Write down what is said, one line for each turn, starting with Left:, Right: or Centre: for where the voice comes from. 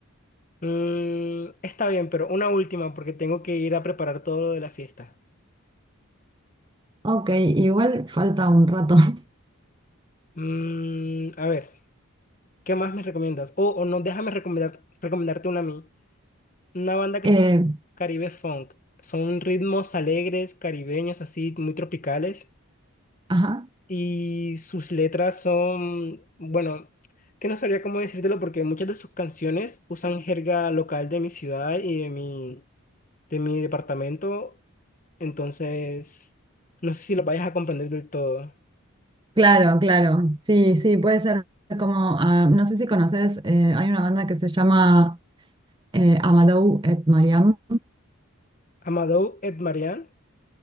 Left: Mm, está bien, pero una última porque tengo que ir a preparar todo lo de la fiesta.
Right: Ok, igual falta un rato. <laughs>
Left: Mm, a ver, ¿qué más me recomiendas? O o no, déjame recomendar, recomendarte una a mí. Una banda que
Right: Eh,
Left: se llama Caribe Funk. Son ritmos alegres, caribeños, así, muy tropicales.
Right: ajá,
Left: Y sus letras son, bueno, que no sabría cómo decírtelo porque muchas de sus canciones usan jerga local de mi ciudad y de mi, de mi departamento. Entonces, no sé si lo vayas a comprender del todo.
Right: claro, claro. Sí, sí, puede ser como, ah, no sé si conoces, eh, hay una banda que se llama eh, Amadou et Mariam.
Left: Amadou Marian